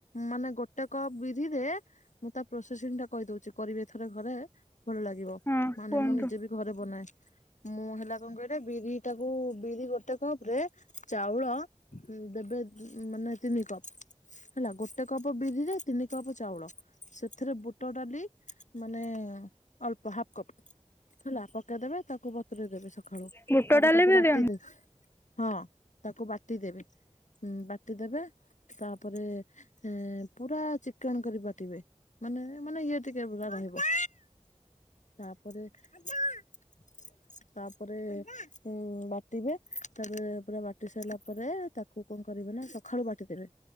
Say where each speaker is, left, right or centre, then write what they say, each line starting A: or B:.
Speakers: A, on the left; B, on the left.
A: ମାନେ ଗୋ ଟେ କପ୍ ବିରିରେ ମୁଁ ତା ପ୍ରୋସେସିଂ ଟା କହିଦଉଛି କରିବେ ଏଥର ଘରେ। ଭଲ ଲାଗିବ
B: ହଁ
A: ମାନେ
B: କୁହନ୍ତୁ
A: ମୁଁ ନିଜେ ବି ଘରେ ବନାଏ, ମୁଁ ହେଲା କଣ କହିଲେ ବିରି ଟାକୁ ବିରି ଗୋଟେ କପ୍ ରେ ଚାଉଳ ଦବେ ମାନେ ତିନି କପ୍। ହେଲା ଗୋଟେ କପ ବିରିରେ ତିନି କପ ଚାଉଳ। ସେଥିରେ ବୁଟ ଡାଲି ମାନେ ଅଳ୍ପ ହାପ୍ କପ୍। ହେଲା ପକେଇଦବେ ତାକୁ ବତୁରଇ ଦେବେ ସଖାଳୁ ତାପରେ
B: ବୁଟ ଡାଲି
A: ତାକୁ
B: ବି
A: ବାଟି
B: ଦିଅନ୍ତି?
A: ଦେବେ। ହଁ ତାକୁ ବାଟି ଦେବେ ବାଟି ଦେବେ ତାପରେ ଏ ପୁରା ଚିକ୍କଣ କରି ବାଟିବେ ମାନେ-ମାନେ ଇଏ ଟିକେ ପୁରା ରହିବ। ତାପରେ-ତାପରେ ଉଁ ବାଟିବେ ତାପରେ ପୁରା ବା ଟି ସାରିଲା ପରେ ତାକୁ କଣ କରିବେ ନା ସଖାଳୁ ବାଟିଦେବେ।